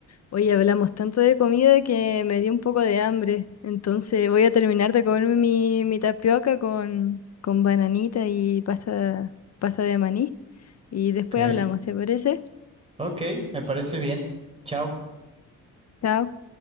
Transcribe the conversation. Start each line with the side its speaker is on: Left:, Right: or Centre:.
Left: Hoy hablamos tanto de comida que me dio un poco de hambre. Entonces voy a terminar de comerme mi, mi tapioca con, con bananita y pasta, pasta de maní. Y después
Right: Ok,
Left: hablamos, ¿te parece?
Right: ok, me parece bien. Chao.
Left: Chao.